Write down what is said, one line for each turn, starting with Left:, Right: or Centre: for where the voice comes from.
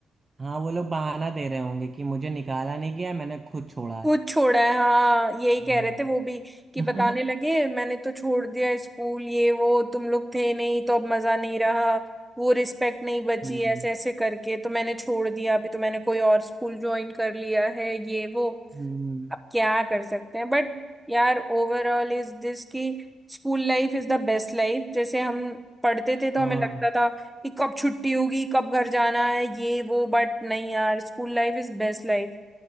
Right: हाँ वो लोग बहाना दे रहे होंगे कि मुझे निकाला नहीं गया मैंने खुद छोड़ा है
Centre: कुछ छोड़ा है हाँ यही कह
Right: हम्म
Centre: रहे थे वो भी कि
Right: <laughs>
Centre: बताने लगे मैंने तो छोड़ दिया स्कूल ये वो तुम लोग थे नहीं तो अब मजा नहीं रहा वो रिस्पेक्ट नहीं बची
Right: हम्म
Centre: ऐसे ऐसे करके तो मैंने छोड़ दिया अभी तो मैंने कोई और स्कूल ज्वाइन कर लिया है ये वो
Right: हम्म,
Centre: अब क्या कर सकते हैं बट यार ओवरऑल इज दिस कि school life is the best life जैसे हम पढ़ते थे तो
Right: हाँ
Centre: हमें लगता था कि कब छुट्टी होगी कब घर जाना है ये वो बट नहीं यार school life is best life